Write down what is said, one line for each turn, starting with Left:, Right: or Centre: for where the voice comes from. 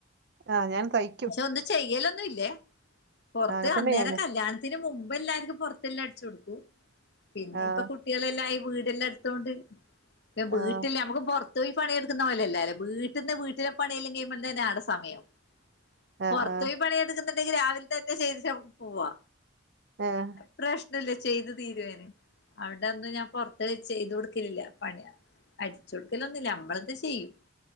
Right: ആഹ് ഞാൻ തയ്
Left: പക്ഷെ ഒന്നും ചെയ്യലൊന്നുല്ലേ പൊറത്ത്
Right: അങ്ങനെ തന്നെ
Left: അന്നേര
Right: ഞാനും
Left: കല്യാണ ത്തിന് മുമ്പ് എല്ലാര്ക്കും പൊറത്തെല്ലാം അടിച്ചു കൊടുക്കും പിന്നെ
Right: ആഹ്
Left: ഇപ്പൊ കുട്ട് കുട്ടികളെല്ലായി വീടെല്ലാം എടുത്തോണ്ട് <unintelligible>
Right: ആഹ്
Left: വീട്ടില് നമുക്ക് പൊറത്ത് ത്തോയി പണിയെടുക്കുന്ന പോലെ അല്ലാല്ലോ വീട്ട്ന്ന് വീട്ടിലെ പണിയെല്ലം കിഴിയുമ്പ തന്നെ ആടെ സമയാവും പൊറത്തോയി
Right: ആഹ് ആഹ്
Left: പണിയെടുക്കുന്നുണ്ടെങ്കില് രാവിലെ തന്നെ ചെയ്തിട്ട് നമ്മക്ക് പോവാ
Right: ആഹ്
Left: പ്രശ്ന ഇല്ല ചെയ്ത് തീരുവയിന് അതുകൊണ്ടന്ന് ഞാൻ പൊറത്ത് ചെയ്ത് കൊടുക്കലില്ല പണിയാ അടിച്ച് കൊടുക്കലൊന്നുല്ല നമ്മളത് ചെയ്യും